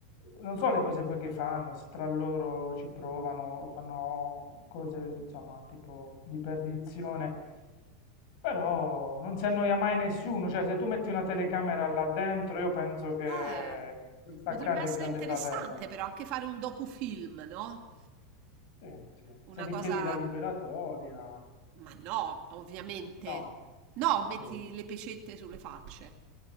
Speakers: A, on the left; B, on the right.
A: non so le cose poi che fanno, se tra loro ci provano, fanno cose, insomma, tipo di perdizione, però non si annoia mai nessuno, cioè, se tu metti una telecamera là dentro, io penso che
B: Eh,
A: puoi staccare
B: potrebbe essere
A: il Grande
B: interessante
A: Fratello.
B: però anche fare un docufilm, no,
A: Sì, sì.
B: una
A: Se gli
B: cosa
A: chiedi la liberatoria,
B: ma no, ovviamente.
A: no,
B: No,
A: ok.
B: metti le pecette sulle facce.